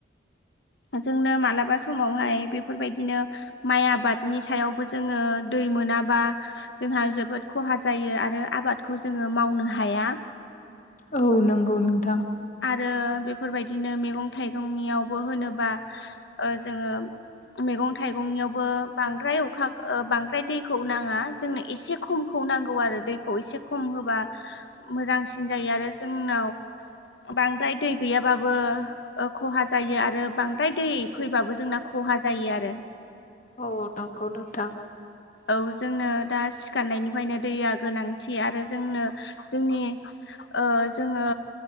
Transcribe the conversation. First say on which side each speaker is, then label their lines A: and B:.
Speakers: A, on the left (about 70°); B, on the left (about 40°).
A: जोंनो मालाबा समावहाय बेफोरबायदिनो माइ आबाद नि सायावबो जोङो दै मोनाबा जोंहा जोबोद खहा जायो आरो आबादखौ जोङो मावनो हाया।
B: औ नंगौ नोंथां।
A: आरो बेफोरबायदिनो मैगं थाइगंनियावबो होनोबा ओ जोङो मैगं थाइगंनियावबो बांद्राय अखा ओ बांद्राय दैखौ नाङा जोंनो एसे खमखौ खौ नांगौ आरो दैखौ एसे खम होबा मोजांसिन जायो आरो जोंनाव बांद्राय दै गैयाबाबो ओ खहा जायो आरो बांद्राय दै फैबाबो जोंना खहा जा जायो आरो।
B: औ नगौ नोंथां।
A: ओ जोंनो दा सिखारनायनिफ्रायनो दैया गोनांथि आरो जोंनो जोंनि ओ जोङो